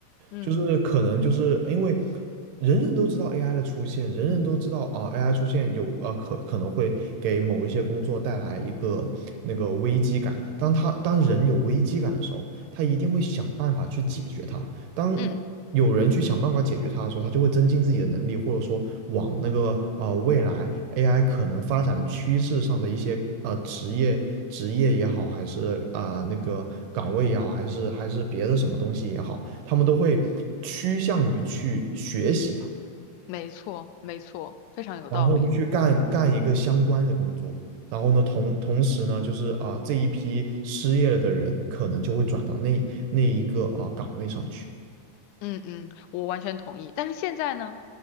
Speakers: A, on the left; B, on the right.
A: 嗯
B: 就是可能就是因为人人都知道 AI 的出现，人人都知道啊、AI 出现有呃可可能会给某一些工作带来一个那个危机感，当他当人有危机感的时候，他一定会想办法去解决它。当
A: 嗯，
B: 有人去想办法解决它的时候，他就会增进自己的能力，或者说往那个呃未来 AI 可能发展的趋势上的一些呃职业职业也好，还是啊、呃那个岗位也好，还是还是别的什么东西也好，他们都会趋向于去学习它，
A: 没错没错，非常有道理。
B: 然后就去干干一个相关的工作。然后呢，同同时呢，就是啊、这一批失业了的人可能就会转到那那一个啊、岗位上去。
A: 嗯嗯，我完全同意。但是现在呢，